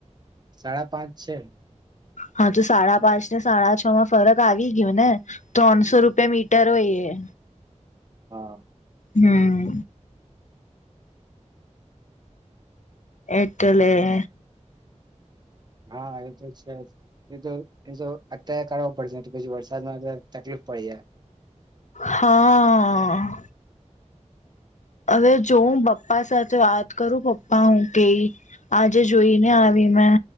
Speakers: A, on the right; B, on the left.
A: સાડા પાંચ છે.
B: હા, તો સાડા પાંચ ને સાડા છ માં ફરક આવી ગ્યો ને ત્રણસો રૂપિયા મીટર હોય એ.
A: હા
B: હમ્મ. એટલેે
A: હા, એ તો છે જ એતો એ તો અત્યારે કરવો પડશે નય તો પછી વરસાદમાં તો તકલીફ પડી જાય.
B: હા. હવે જોઉં બપ્પા સાથે વાત કરું. પપ્પા હું કેય, આજે જોઈને આવી મેં